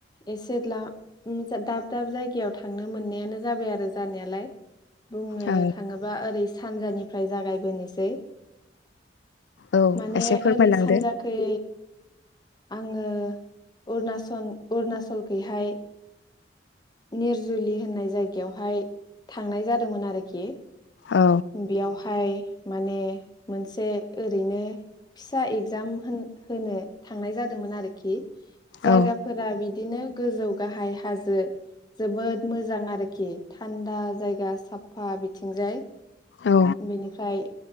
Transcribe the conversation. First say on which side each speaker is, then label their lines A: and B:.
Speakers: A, on the left (about 25°); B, on the left (about 75°).
A: एसे द्लाम दाब दाब जायगायाव थांनो मोननायानो जाबाय आरो जानायालाय बुंनो
B: औ
A: थाङोब्ला ओरै सानजानिफ्राय जागायबोनोसै।
B: औ
A: माने
B: एसे फोरमायलांदो
A: ओरै सानजाखै आङो अरुनासन अरुणाचलखैहाय निर जुलि होननाय जायगायावहाय थांनाय जादोंमोन आरोखि ।
B: औ
A: बेयावहाय माने मोनसे ओरैनो फिसा एगजाम होन-होनो थांनाय जादोंमोन आरोखि। जायगाफोरा
B: औ
A: बिदिनो गोजौ गाहाय हाजो जोबोद मोजां आरोखि थान्दा जायगा साफा बिथिंजाय।
B: औ
A: बेनिफ्राय